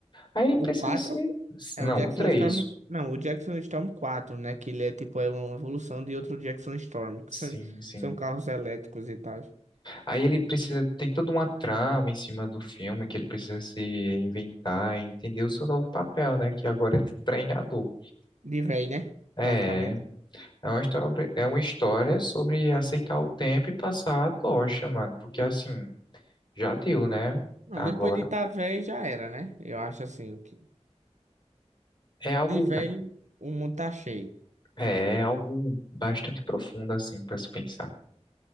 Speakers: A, on the left (about 40°); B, on the right (about 85°).
A: Aí ele
B: O
A: precisa
B: quatro?
A: ser.
B: é
A: Não,
B: o Jackson
A: o 3.
B: Storm. Não, o Jackson Storm 4, né? Que ele é tipo é uma evolução de outro Jackson Storm. Que
A: Sim,
B: são,
A: sim.
B: são carros elétricos e tal.
A: Aí ele precisa. Tem toda uma trama em cima do filme que ele precisa se reinventar, e entender o seu novo papel, né? Que agora é de treinador.
B: De véi, né?
A: É,
B: Praticamente.
A: É uma história, é uma história sobre aceitar o tempo e passar a tocha, mano. Porque assim, já deu, né?
B: Não,
A: Agora.
B: depois de tá véi já era, né? Eu acho assim que.
A: É algo,
B: De véi, o mundo tá cheio.
A: é é algo bastante profundo, assim, pra se pensar.